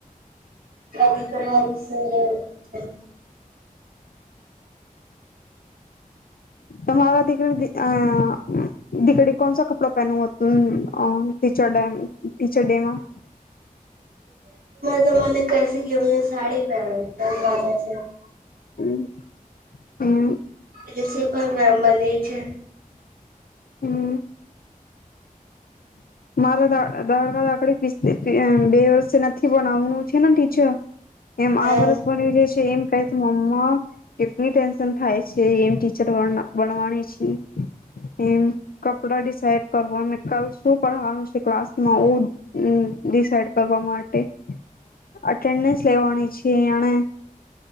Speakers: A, on the right; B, on the left.
A: પિક સર <unintelligible> હ
B: તમારા દીકરી આ દીકરી કોણસા કપડા પહેનું હતું ટીચર ડ ટીચર ડેમાં
A: તમામાને કસ કને <unintelligible> સાડીર છે <unintelligible>
B: હમ હમ
A: પ્રિન્સિપલ મેમ બની છે
B: હમ મારા દા દાકડી <unintelligible> બે વર્ષે નથી બનાવનું છે ને ટીચર એમ આ
A: હા
B: વર્ષ બવી ર છે એમ ક મમ્મા કેટલી ટેન્શન થાય છે એમ ટીચર બનવાણી છે એમ કપડા દસાઈડ કરવા નું શું ભણવાનું છે ક્લાસમાં ડિસાઇડ કરવા માટે અટેન્ડન્સ લેવાની છે એણે